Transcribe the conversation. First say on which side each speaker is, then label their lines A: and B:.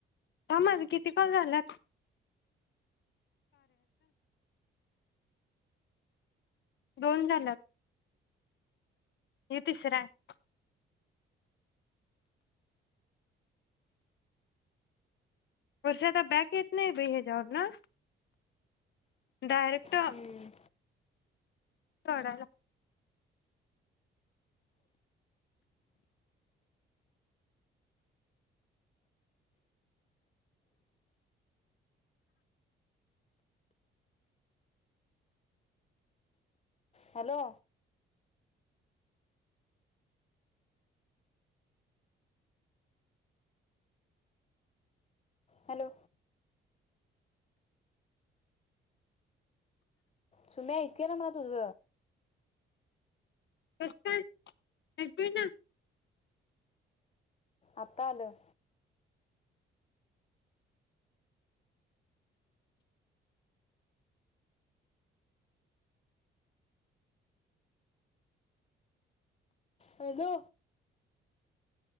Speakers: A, on the left; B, on the left.
A: थांब माझे किती कॉल झाल्यात दोन झाल्यात यु तिसरा हाय वरशे आता बॅक येत नाही ब हे च्या वरण डायरेक्ट
B: हम्म.
A: सरला
B: हॅलो हॅलो सुमे ऐकू ईना मला तुज
A: कस काय ऐकू येना
B: आता आलं. हॅलो